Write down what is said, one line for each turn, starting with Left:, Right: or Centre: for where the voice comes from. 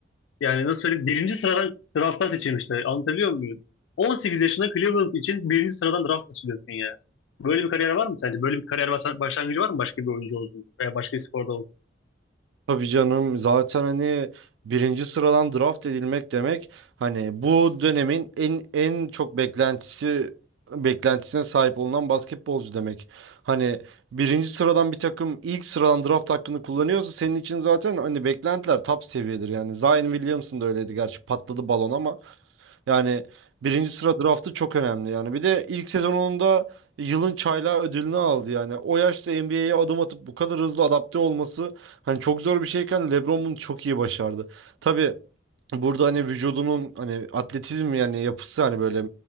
Left: yani nasıl söyleyeyim? Birinci sıradan drafttan seçilmişler. Anlatabiliyor muyum? 18 yaşında Cleveland için birinci sıradan draft seçiliyorsun ya. Böyle bir kariyer var mı sence? Böyle bir kariyer basa- başlangıcı var mı başka bir oyuncu olsun veya başka bir sporda olsun?
Right: Tabii canım zaten hani birinci sıradan draft edilmek demek hani bu dönemin en en çok beklentisi beklentisine sahip olunan basketbolcu demek. Hani birinci sıradan bir takım ilk sıradan draft hakkını kullanıyorsa senin için zaten hani beklentiler top seviyedir yani. Zion Williamson da öyleydi gerçi patladı balon ama yani birinci sıra draftı çok önemli yani. Bir de ilk sezonunda Yılın çaylağı ödülünü aldı yani. O yaşta NBA'ye adım atıp bu kadar hızlı adapte olması hani çok zor bir şeyken LeBron bunu çok iyi başardı. Tabii burada hani vücudunun hani atletizm yani yapısı hani böyle